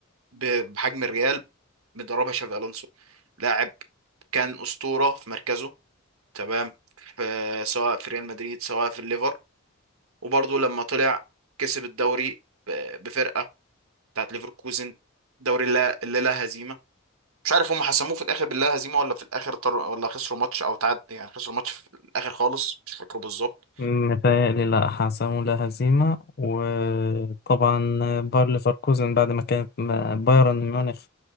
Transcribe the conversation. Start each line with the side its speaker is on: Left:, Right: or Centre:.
Right: ب- بحجم الريال مدربها شافي الونسو لاعب كان اسطوره في مركزه تمام في سواء في ريال مدريد سواء في الليفر وبرضه لما طلع كسب الدوري ب- بفرقه بتاعت ليفركوزن دوري لا- اللي لا هزيمه مش عارف هم حسموه في الاخر باللا هزيمه ولا في الاخر طر... ولا خسروا ماتش او تعاد يعني خسروا ماتش في الاخر خالص مش فاكره بالظبط
Left: متهيألي لا حسموا لا هزيمة وطبعا باير ليفركوزن بعد ما كانت م- بايرن ميونخ